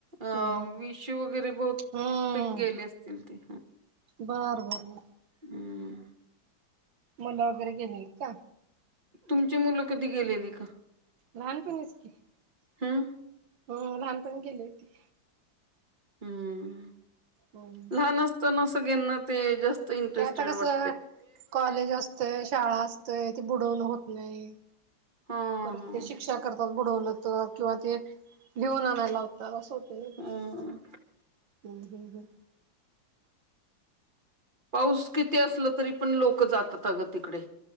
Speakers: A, on the right (about 25°); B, on the right (about 75°).
A: अं
B: हम्म.
A: विशू वगैरे बहत
B: हम्म
A: गेले असतील ते
B: बर बर बर
A: हम्म
B: मुलं वगैरे गेले का
A: तुमची मुलं कधी गेलेली का
B: लहानपणच की
A: हम्म
B: हम लहानपण गेले होती
A: हम्म
B: हम्म
A: लहान असत ना सग्यांना ते जास्त इंटरेटड
B: ते आता कसं
A: वाट
B: कॉलेज असतेय शाळा असते ती बुडवून होत नाही
A: ह
B: परत
A: ह
B: ते शिक्षा करतात बुडवलं तर किंवा ते घेऊन आणायलावत असं होत ना ते
A: ह
B: हम् हम् हम्
A: पाऊस किती असलं तरी पण लोक जातात अगं तिकडे